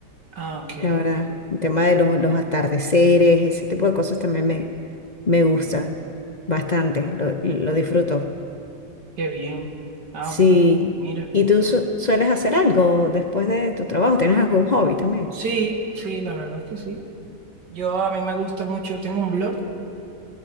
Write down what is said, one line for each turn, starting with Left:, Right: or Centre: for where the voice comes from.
Right: Ah, ok,
Left: la verdad. El tema de los, los atardeceres, ese tipo de cosas también me, me gusta bastante. Lo, lo disfruto.
Right: qué bien. Ah,
Left: Sí.
Right: bueno, mira.
Left: ¿Y tú su- sueles hacer algo después de tu trabajo? ¿Tienes algún hobby también?
Right: Sí, sí, la verdad es que sí. Yo a mí me gusta mucho, tengo un blog